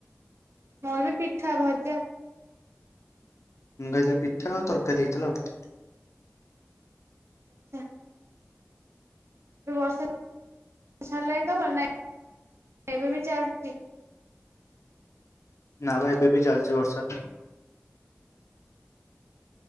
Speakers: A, on the right (about 60°); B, on the left (about 75°).
A: ମୋର ବି ପିଠା ଭଜା।
B: ଜ ରେ ପିଠା ଆଉ ତରକାରି ହେଇଥିଲା ଆଉ।
A: ଆଚ୍ଛା। ଏ ବର୍ଷା ଛାଡିଲାଣି ତମର ନା ଏବେ ବି ଚାଲିଚି?
B: ନାବା ଏବେ ବି ଚାଲିଚି ବର୍ଷା।